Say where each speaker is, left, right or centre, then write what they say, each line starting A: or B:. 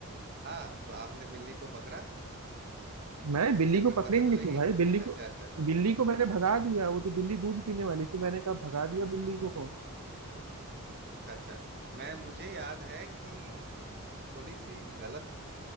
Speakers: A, on the right; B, on the right.
A: हाँ तो आपने बिल्ली को पकड़ा
B: मैं बिल्ली
A: इससे
B: को
A: कोई
B: पकड़ेंगे
A: मदद हुई
B: क्यों भाई
A: <laughs>
B: बिल्ली
A: अच्छा
B: को
A: अच्छा
B: बिल्ली को मैंने भगा दिया वो तो बिल्ली दूध पीने वाली थी मैंने कहा भगा दिया बिल्ली को
A: अच्छा अच्छा मैं मुझे याद है कि थोड़ी सी गलत